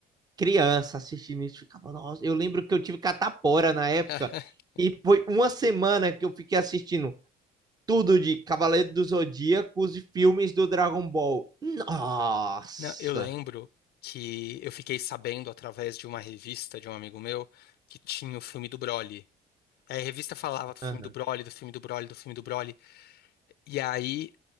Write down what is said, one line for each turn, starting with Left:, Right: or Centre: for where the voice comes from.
Right: criança assistindo isso, ficava, nossa, eu lembro que eu tive catapora na época
Left: <laughs>
Right: e foi uma semana que eu fiquei assistindo tudo de Cavaleiro do Zodíaco os filmes do Dragon Ball. Nossa!
Left: Não, eu lembro que eu fiquei sabendo através de uma revista de um amigo meu que tinha o filme do Broly. É, a revista falava do filme
Right: Aham.
Left: do Broly, do filme do Broly, do filme do Broly. E aí,